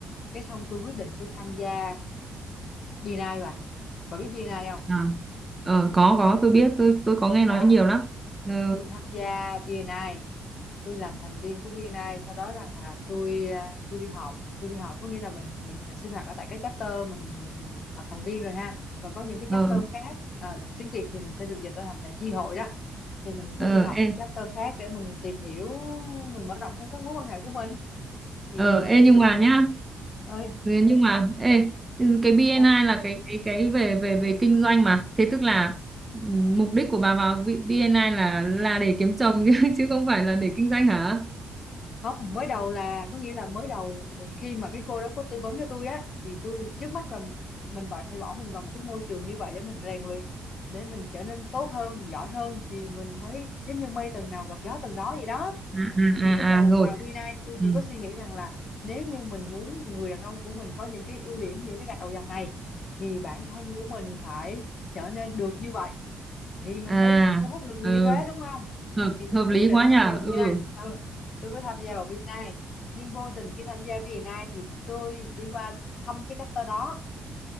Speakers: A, on the left (about 55°); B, on the right (about 15°).
A: cái xong tôi quyết định tôi tham gia BNI bà bà biết BNI không
B: À. Ờ, có có tôi biết tôi tôi có nghe
A: đó
B: nói nhiều lắm. Ờ
A: tôi tham gia VNI tôi làm thành viên của VNI sau đó rằng là tôi à, tôi đi họp tôi đi họp có nghĩa là mình mình mình sinh hoạt ở tại cái chapter mình làm thành viên rồi ha và có những cái
B: ờ
A: chapter khác à, tiếng Việt thì mình sẽ được dịch ra thành là chi hội đó thì mình
B: ờ,
A: sẽ đi họp
B: ê,
A: những chapter khác để mình tìm hiểu mình mở rộng thêm các mối quan hệ của mình thì
B: Ờ,
A: à,
B: ê
A: tôi
B: nhưng
A: đến
B: mà
A: thăm
B: nhá,
A: cái ơi
B: nhưng mà ê cái BNI
A: ơi
B: là cái cái cái về về về kinh doanh mà. Thế tức là ừm, mục đích của bà vào B- BNI là là để kiếm chồng <laughs> chứ chứ không phải là để kinh doanh hả?
A: không mới đầu là có nghĩa là mới đầu khi mà cái cô đó cô tư vấn cho tôi á thì tôi trước mắt là mình phải phải bỏ mình vào một cái môi trường như vậy để mình rèn luyện để mình trở nên tốt hơn giỏi hơn thì mình mới giống như mây tầng nào gặp gió tầng đó vậy đó
B: À à
A: thì lúc đầu
B: à, à rồi.
A: vào Vina tôi chỉ
B: Ừ.
A: có suy nghĩ rằng là nếu như mình muốn người đàn ông của mình có những cái ưu điểm những cái gạch đầu dòng này thì bản thân của mình phải trở nên được như vậy thì mình
B: À
A: mới hút được người
B: ừ,
A: như thế đúng không
B: hợp
A: thì tôi
B: hợp
A: mới
B: lý
A: quyết định
B: quá nhở.
A: tham gia VNI
B: Ừ
A: ừ tôi mới tham gia vào VNI nhưng vô tình khi tham gia VNI thì tôi đi qua thăm cái chapter đó